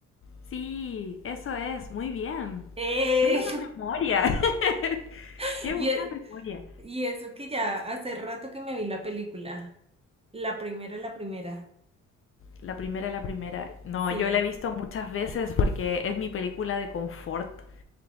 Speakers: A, on the left; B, on the right.
A: Sí, eso es, muy bien.
B: Eh,
A: Qué buena memoria. <laughs>
B: <laughs>
A: Qué
B: y,
A: buena
B: e-
A: memoria.
B: y eso que ya hace rato que me vi la película. La primera, la primera.
A: La primera, la primera. No,
B: Sí,
A: yo la he visto muchas veces porque es mi película de confort.